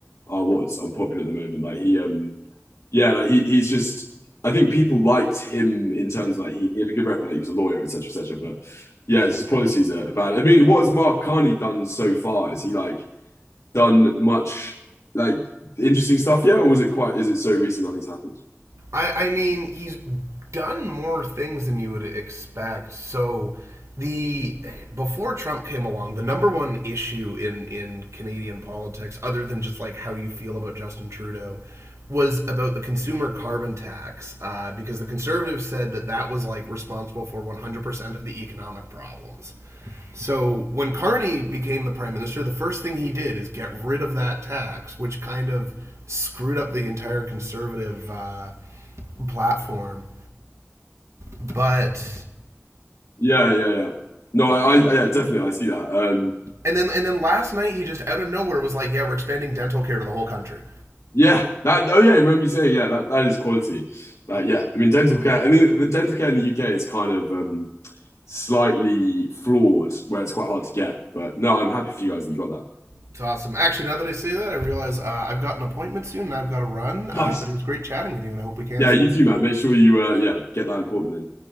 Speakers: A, on the left (about 85°); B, on the right (about 80°).
A: are what's unpopular at the moment. Like he, um, yeah, like he, he's just. I think people liked him in terms of, like he, he had a good record, like he was a lawyer, etc., etc. But yeah, it's his policies are bad. I mean, what has Mark Carney done so far? Has he like done much like interesting stuff yet, or was it quite? Is it so recent nothing's happened?
B: I, I mean, he's done more things than you would expect. So the before Trump came along, the number one issue in in Canadian politics, other than just like how you feel about Justin Trudeau, was about the consumer carbon tax uh, because the conservatives said that that was like responsible for 100% of the economic problems. So when Carney became the prime minister, the first thing he did is get rid of that tax, which kind of screwed up the entire conservative uh, platform. But
A: Yeah, yeah, yeah. No, I, I, I- yeah, definitely, I see that. Um,
B: and then and then last night he just out of nowhere was like, "Yeah, we're expanding dental care to the whole country."
A: yeah, that. Oh, yeah. Remember you saying, yeah, that, that is quality. Like, yeah, I mean, dental care. I mean, the dental care in the UK is kind of um slightly flawed, where it's quite hard to get. But no, I'm happy for you guys that you got that.
B: It's awesome. Actually, now that I say that, I realize uh, I've got an appointment soon and I've got to run. Uh,
A: Nice.
B: but it was great chatting with you, and I hope we can
A: Yeah,
B: soon.
A: you too, man. Make sure you, uh, yeah, get that appointment in.